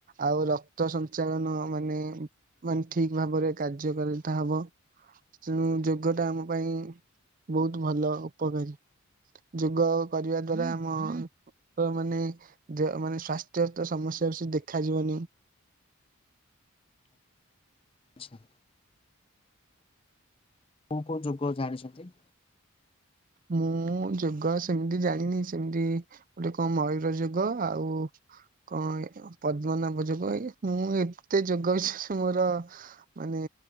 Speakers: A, on the right; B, on the left.
A: ଆଉ ରକ୍ତ ସଞ୍ଚାଳନ ମାନେ ମାନେ ଠିକ ଭାବରେ କାର୍ଯ୍ୟକାରିତା ହବ ତେଣୁ ଯୋଗ ଟା ଆମ ପାଇଁ। ବହୁତ ଭଲ ଉପକାରୀ ଯୋଗ କରିବା ଦ୍ଵାରା ଆମ। ତ ମାନେ ମାନେ ସ୍ଵାସ୍ଥ୍ୟ ତ ସମସ୍ୟା ସେ ଦେଖାଯିବନି।
B: ଆଚ୍ଛା। କୋଉ କୋଉ ଯୁଗ ଜାଣିଛନ୍ତି?
A: ମୁଁ ଯୋଗ ସେମିତି ଜାଣିନି ସେମତି ଦେଖି ମୟୂର ଯୁଗ ଆଉ କଣ ପଦ୍ମନାଭ ଯୋଗୁ ମୁଁ ଏତେ ଯୋଗବିଶେଷମୋର। ମାନେ